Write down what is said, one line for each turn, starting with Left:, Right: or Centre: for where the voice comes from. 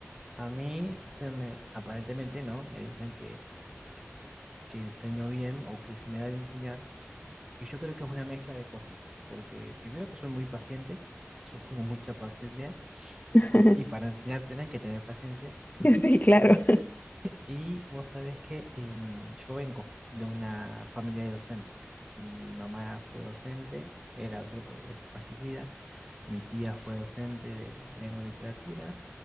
Right: a mí se me, aparentemente, ¿no? Me dicen que, que, que enseño bien o que se me da bien enseñar. Y yo creo que es una mezcla de cosas, porque primero que soy muy paciente, yo tengo mucha paciencia,
Left: <laughs>
Right: y para enseñar tenés que tener paciencia.
Left: Sí, claro.
Right: Y vos sabés que em, yo vengo de una familia de docentes. Mi mamá fue docente, era docente, pues, es fallecida. Mi tía fue docente de lengua y literatura.